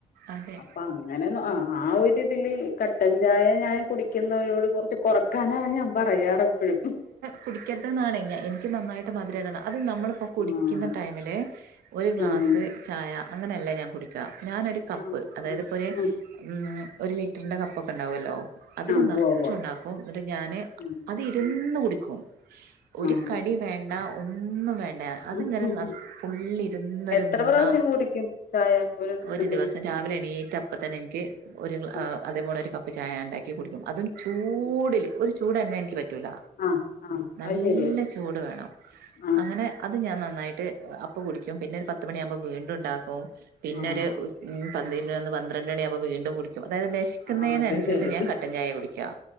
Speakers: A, on the right (about 85°); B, on the left (about 70°).
A: അതെ
B: അപ്പൊ അങ്ങനെ ആ ആ ഒര് ഇതില് കട്ടൻ ചായ ഞാൻ കുടിക്കുന്നവരോട് കൊറച്ച് കൊറ കാനാണ് ഞാ പറയാ എപ്പഴും
A: കുടിക്കെരുതെന്നാണ് ഞാൻ എനിക്ക് നന്നായിട്ട് മതിരിടണം അത് നമ്മളിപ്പോൾ കുടിക്കുന്ന
B: ആഹ്
A: ടൈമിൽ ഒരു ഗ്ലാസ്
B: ഉം ഉം
A: ചായ അങ്ങനെല്ല ഞാൻ കുടിക്കാ ഞാനൊരു കപ്പ്
B: ആഹ്
A: അതായത്പ്പോ
B: ഉം
A: ഒരു
B: ഉം
A: ഉം ഒരു ലിറ്ററിന്റെ കപ്പ് ഒക്കെ ഇണ്ടാവൊല്ലോ അതില്
B: ആഹ്
A: നെറച്ചും
B: ഉവ്വ് ഉവ്വ്
A: ണ്ടാക്കും ന്നിട്ട് ഞാന്
B: ഉം
A: അത് ഇരുന്ന്
B: ഉം
A: കുടിക്കും ഒരു
B: ആഹ്
A: കടി വേ ഒന്നും വേണ്ട അത്ങ്ങനെ
B: ഉം
A: ഫുുള്ള ഇരുന്നൊരു
B: എത്ര
A: മൂന്ന
B: പ്രാവശ്യം കുടിക്കും ചായ ദിവസത്തില്
A: ഒരു ദിവസം രാവിലെ എണീറ്റപ്പ തന്നെ എനിക്ക് ഒരു
B: കുടിക്കും
A: അതേപോലെ ഒരു കപ്പ് ചായ ഉണ്ടാക്ക ടുക്കും അതും ചൂടൽ
B: ഉം
A: ഒരു ചൂടാഞനിക്ക് ട
B: ആഹ് ആഹ്
A: നല്ല
B: അത് ശരിയാ
A: ചൂട് വേണം
B: ആഹ്
A: അങ്ങനെ അത് ഞാൻ നന്നായിട്ട് കുടിക്ക പിന്നെ പ മണിയാുമ്പോ വീണ്ട ഉണ്ടാക്കും പിന്നൊ
B: ആഹ്
A: ഒരു ഉ എന്ന് പന്ത്രണ്ട്ണി വീണ്ടും അതായത് വിശിക്കുന്നതിനന്നുസരിച്ച്
B: ആഹ് അത് ശരി
A: ഞാൻ കട്ടൻ ചായ കുടിക്കാം